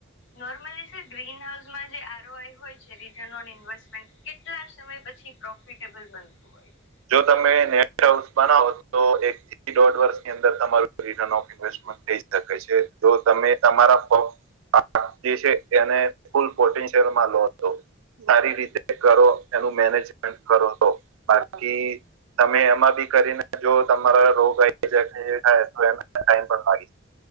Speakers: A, on the left; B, on the right.
A: નોર્મલી સર ગ્રીન હાઉસમાં જે આરઓઆઈ હોય છે રિટન ઓન ઇન્વેસ્ટમેન્ટ કેટલા સમય પછી પ્રોફિટેબલ બનતું હોય છે?
B: જો તમે નેટ હાઉસ બનાવો તો એક થી દોઢ વર્ષની અંદર તમારું રિટર્ન ઓફ ઇન્વેસ્ટમેન્ટ ઈ શકે છે જો તમે તમારા જે છે એને ફૂલ પોટેન્શિયલમાં લો હતો. સારી રીતે કરો એનું મેનેજમેન્ટ કરો તો. <inaudible> <unintelligible> તમે એમાં બી કરીને જો તમારા રોગ આવી જાય થાય તો એ ટાઈમ પણ લાગી.